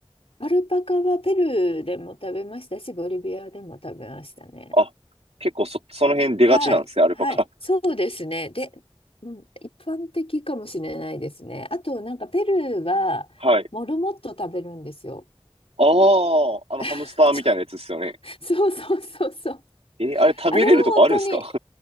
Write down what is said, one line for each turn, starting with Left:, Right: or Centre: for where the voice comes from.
Left: アルパカはペルーでも食べましたし、ボリビアでも食べましたね。
Right: あ、結構そ、その辺出がちなんですね、
Left: はい、はい、
Right: アルパカ。
Left: そうですね。で、うん、一般的かもしれないですね。あと、なんかペルーはモルモット食べるんですよ。
Right: <laughs> はい。ああ、あのハムスターみたいなやつですよね。
Left: <laughs> ちょそうそうそうそう。
Right: えー、あれ食べれるとこあるんですか
Left: あれは本当に、